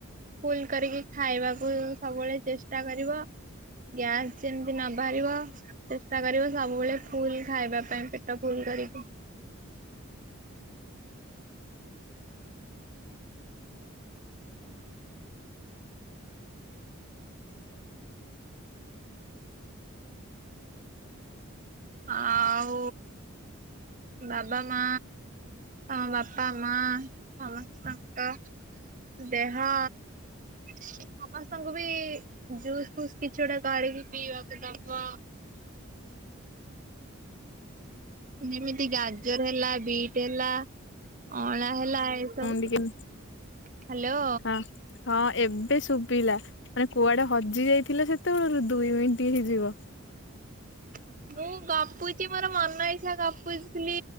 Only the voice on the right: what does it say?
ଫୁଲ କରିକି ଖାଇବାକୁଉ ସବୁବେଳେ ଚେଷ୍ଟା କରିବ। ଗ୍ୟାସ ଯେମିତି ନ ବାହାରିବ, ଚେଷ୍ଟା କରିବ, ସବୁବେଳେ ଫୁଲ୍ ଖାଇବା ପାଇଁ, ପେଟ ଫୁଲ୍ ଡରିକି ଆଉ ବାବା ମା ଆମ ବାପା ମା ସମସ୍ତଙ୍କ ଦେହଅ ସମସ୍ତଙ୍କୁ ବି ଜୁସ୍ ଫୁସ୍ କିଛି ଗୋଟେ କରି କିରି ପିଇବାକୁ ଦବ। ଯେମିତି ଗାଜର ହେଲା ବିଟ୍ ହେଲା ଅଁଳା। ହେଲା ଏସବୁ।
ହାଲୋ।
<inaudible> ମୁଁ ଗପୁଚି ମୋର ମନ ଇଚ୍ଛା ଗପୁଥିଲି